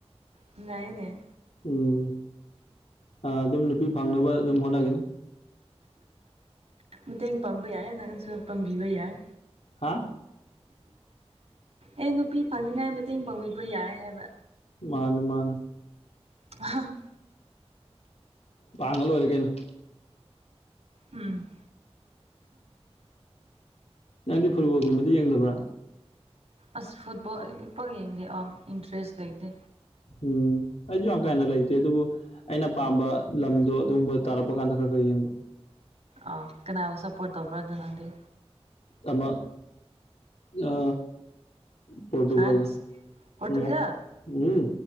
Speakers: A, on the right (about 80°); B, on the left (about 75°).
A: ꯅꯩꯅꯦ꯫
B: ꯎꯝ ꯑ ꯑꯗꯨꯝ ꯅꯨꯄꯤ ꯐꯪꯅꯕ ꯑꯗꯨꯝ ꯍꯣꯠꯅꯒꯤꯅꯤ꯫
A: ꯎ ꯃꯇꯦꯡ ꯄꯥꯡꯕ ꯌꯥꯏ ꯅꯪꯁꯨ ꯄꯥꯡꯕꯤꯕ ꯌꯥꯏ
B: ꯍꯥꯥ
A: ꯑꯩ ꯅꯨꯄꯤ ꯐꯪꯅꯤꯡꯉꯥꯏ ꯃꯇꯦꯡ ꯄꯥꯡꯕꯤꯕ ꯌꯥꯏ ꯍꯥꯏꯕ
B: ꯃꯥꯅ ꯃꯥꯥꯟ
A: ꯃꯍꯥꯛꯍ
B: ꯄꯥꯡꯒ ꯂꯣꯏꯔꯦ ꯀꯩꯅꯣ
A: ꯎꯝ
B: ꯅꯪꯗꯤ ꯐꯨꯠꯕꯣꯜꯒꯨꯝꯕꯗꯤ ꯌꯦꯡꯗꯕ꯭ꯔꯥ
A: ꯑꯁ ꯐꯨꯠꯕꯣꯜꯗꯤ ꯄꯛ ꯌꯦꯡꯗꯦ ꯑꯣ ꯏꯟꯇꯔꯦꯁ ꯂꯩꯇꯦ
B: ꯎꯝ ꯑꯩꯁꯨ ꯌꯥꯝ ꯀꯥꯏꯟꯅ ꯂꯩꯇꯦ ꯑꯗꯨꯕꯨ ꯑꯩꯅ ꯄꯥꯝꯕ ꯂꯝꯗꯣ ꯑꯗꯨꯒꯨꯝꯕ ꯇꯥꯔꯛꯄ ꯀꯥꯟꯗ ꯈꯔ ꯈꯔ ꯌꯦꯡꯕ
A: ꯑ ꯀꯅꯥꯅꯕꯣ ꯁꯄꯣꯔꯠ ꯇꯧꯕ꯭ꯔꯥ ꯑꯗꯨ ꯅꯪꯗꯤꯦ
B: ꯇꯃ ꯑ ꯄꯣꯣꯔꯇꯨꯒꯜꯒ
A: ꯐ꯭ꯔꯥꯟꯁ ꯄꯣꯔꯇꯨꯒꯜ
B: ꯅ ꯎꯝ